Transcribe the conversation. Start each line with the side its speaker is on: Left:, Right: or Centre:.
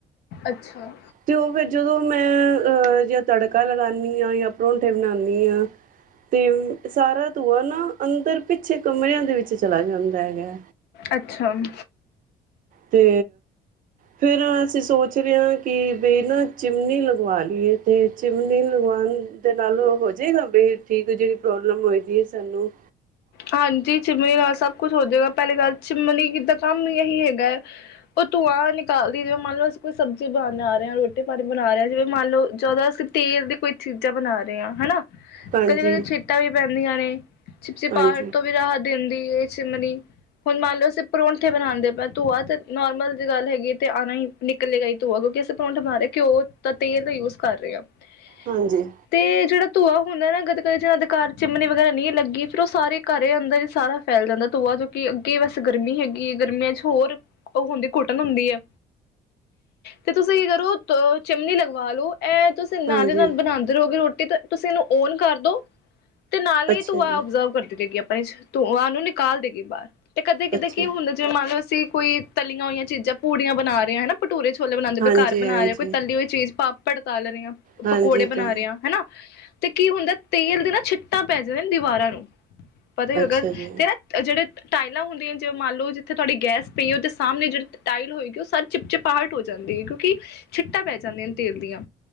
Left: ਅੱਛਾ
Right: ਤੇ ਉਹ ਫੇਰ ਜਦੋਂ ਮੈਂ ਅਹ ਜ ਤੜਕਾ ਲਗਨੀ ਹਾਂ ਜਾਂ ਪਰੋਂਠੇ ਬਣਾਣੀ ਹਾਂ ਤੇ ਸਾਰਾ ਧੂੰਆ ਨਾ ਅੰਦਰ ਪਿੱਛੇ ਕਮਰਿਆਂ ਦੇ ਵਿੱਚ ਚਲਾ ਜਾਂਦਾ ਹੈਗਾ
Left: ਅੱਛਾ ਅਮ
Right: ਤੇ ਫਿਰ ਅਸੀਂ ਸੋਚ ਰਹੇ ਹਾਂ, ਕਿ ਬਈ ਨਾ ਚਿਮਨੀ ਲਗਵਾ ਲਈਏ, ਤੇ ਚਿਮਨੀ ਲਗਵਾਉਣ ਦੇ ਨਾਲ ਉਹ ਹੋ ਜਾਏਗਾ ਬਈ ਠੀਕ ਜਿਹੜੀ ਪ੍ਰੋਬਲਮ ਹੋਏਗੀ ਹੈ ਸਾਨੂੰ।
Left: ਹਾਂਜੀ, ਚਿਮਨੀ ਨਾਲ ਸਭ ਕੁਛ ਹੋ ਜਾਏਗਾ, ਪਹਿਲੀ ਗੱਲ ਚਿਮਨੀ ਦਾ ਕੰਮ ਇਹੀ ਹੈਗਾ ਹੈ, ਉਹ ਧੂੰਆਂ ਨਿਕਾਲ ਦੀ ਏ ਮੰਨ ਲਵੋ ਕੋਈ ਸਬਜ਼ੀ ਬਣਾ ਆ ਰਹੇ ਹਾਂ ਰੋਟੀ ਪਾਣੀ ਬਣਾ ਰਹੇ ਹਾਂ, ਜਿਵੇਂ ਮੰਨ ਲਓ ਜਿਆਦਾ ਅਸੀਂ ਤੇਲ ਦੀ ਕੋਈ ਚੀਜ਼ਾਂ ਬਣਾ ਰਹੇ ਹਾਂ ਹਨਾ ਕਦੇ
Right: ਹਾਂਜੀ
Left: -ਕਦੇ ਛਿੱਟਾ ਵੀ ਪੈਂਦੀਆਂ ਨੇ ਚਿਪ-ਚਿਪ।
Right: ਹਾਂਜੀ
Left: ਹਵਾੜ ਤੋਂ ਵੀ ਰਾਹਤ ਦਿੰਦੀ ਏ ਚਿਮਨੀ ਹੁਣ ਮੰਨ ਲਓ ਅਸੀਂ ਪਰੌਂਠੇ ਬਣਾਦੇ ਪਏ, ਧੂੰਆ ਤੇ ਨੋਰਮਲ ਜ ਗੱਲ ਹੈਗੀ ਤੇ ਆਣਾ ਹੀ ਨਿਕਲੇਗਾ ਹੀ ਧੂੰਆ ਕਿਉਂਕਿ ਅਸੀਂ ਪਰੌਂਠੇ ਬਣਾ ਰਹੇ, ਘਿਓ ਤਾਂ ਤੇਲ ਦਾ ਯੂਜ ਕਰ ਰਹੇ ਹਾਂ। ਹੇ
Right: ਹਾਂਜੀ
Left: ਤੇ ਜਿਹੜਾ ਧੂੰਆ ਹੁੰਦਾ ਨਾ, ਕਈ ਜੀਆ ਦੇ ਘਰ ਚਿਮਨੀ ਵਗੈਰਾ, ਨਹੀਂ ਲੱਗੀ ਫਿਰ ਉਹ ਸਾਰੇ ਘਰ ਅੰਦਰ ਹੀ ਸਾਰਾ ਫੈਲ ਜਾਂਦਾ ਧੂਆ ਜੋ ਕਿ ਅੱਗੇ ਵਸ ਗਰਮੀ ਹੈਗੀ ਹੈ, ਗਰਮੀਆਂ ਚ ਹੋਰ ਉਹ ਹੁੰਦੀ ਘੁਟਣ ਹੁੰਦੀ ਹੈ ਤੇ ਤੁਸੀਂ ਕੀ ਕਰੋ ਚਮਨੀ ਲਗਵਾ ਲਓ। ਇਹ ਤੁਸੀਂ ਨਾਲੇ
Right: ਹਾਂਜੀ
Left: ਨਾਲ ਬਣਾਉਂਦੇ ਰਹੋਗੇ ਰੋਟੀ ਤੇ ਤੁਸੀਂ ਇਹਨੂੰ ਓਨ ਕਰਦੋ ਤੇ ਨਾਲ
Right: ਅੱਛਾ
Left: ਹੀ ਧੂੰਆ
Right: ਜੀ
Left: ਆਪ <unintelligible> <unintelligible> ਧੂੰਆ ਨੂੰ ਨਿਕਾਲ ਦੇਗੀ ਬਾਹਰ। ਤੇ ਕਦੇ ਕਿਤੇ
Right: ਅੱਛਾ
Left: ਕੀ ਹੁੰਦਾ, ਜਿਵੇਂ ਮੰਨ ਲੋ ਸੀ ਜੇ ਕੋਈ ਤਲੀਆਂ ਹੋਈਆਂ ਚੀਜ਼ਾਂ ਪੂੜੀਆਂ ਬਣਾ ਰਹੇ ਹਾਂ ਹਨਾ ਭਟੂਰੇ ਛੋਲੇ ਬਣਾਉਦੇ
Right: ਹਾਂਜੀ
Left: ਪਏ, ਘਰ ਬਣਾ
Right: ਹਾਂਜੀ
Left: ਰਹੇ ਕੋਈੱ ਤਲੀ ਹੋਈ ਚੀਜ਼ ਪਾ ਤੜਕਾ ਲਗਾ ਰਹੇ ਆ,
Right: ਹਾਂਜੀ
Left: ਪਕੌੜੇ ਬਣਾ
Right: ਤਾਂ
Left: ਰਹੇ ਆ ਹੈਨਾ। ਤੇ ਕੀ ਹੁੰਦਾ, ਤੇਲ ਦੀ ਨਾ ਛਿੱਟਾਂ ਪੈ ਜਾਂਦੀ ਦੀਵਾਰਾਂ ਨੂੰ। ਪਤਾ ਹੈ
Right: ਅੱਛਾ
Left: ਅਗਰ
Right: ਜੀ
Left: ਤੇ ਨਾ ਜਿਹੜੇ ਟਾਇਲਾਂ ਹੁੰਦੀਆਂ ਨ ਮੰਨ ਲਓ ਜਿੱਥੇ ਤੁਹਾਡੀ ਗੈਸ ਪਈ ਹੈ, ਉਹਦੇ ਸਾਹਮਣੇ ਜਿਹੜੀ ਟਾਇਲ ਹੋਏਗੀ, ਉਹ ਸਭ ਚਿਪਚਿਪਾਹਟ ਹੋ ਜਾਂਦੀ ਹੈ, ਕਿਉਂਕਿ ਛਿੱਟਾਂ ਪੈ ਜਾਂਦੀਆਂ ਨੇ ਤੇਲ ਦੀਆਂ